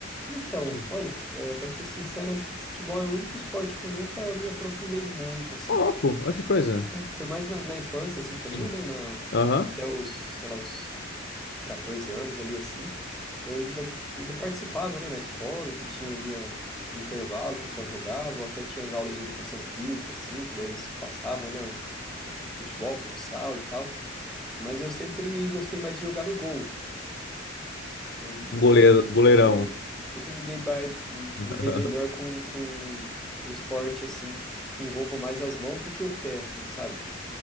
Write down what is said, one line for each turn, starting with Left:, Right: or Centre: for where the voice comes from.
Centre: Então,
Left: Hum.
Centre: olha, é, para ser sincero, eu acho que o futebol é o único esporte que eu nunca me aprofundei muito, assim.
Left: Ô, louco, olha que coisa.
Centre: Foi mais na, na infância, assim, também,
Left: Hum.
Centre: né? Na,
Left: Aham.
Centre: até os, sei lá, os os 14 anos ali, assim. Eu ainda, ainda participava, né? Na escola, que tinha ali a, no intervalo, o pessoal jogava, ou até tinha as aulas de educação física, assim, que daí eles passavam, né? O, o futebol, o futsal e tal. Mas eu sempre gostei mais de jogar no gol. Eu,
Left: Um
Centre: eu
Left: goleiro,
Centre: sempre,
Left: goleirão.
Centre: é, sempre me dei, ba- me
Left: <laughs>
Centre: dei melhor com, com o esporte, assim, que envolva mais as mãos do que o pé, assim, sabe?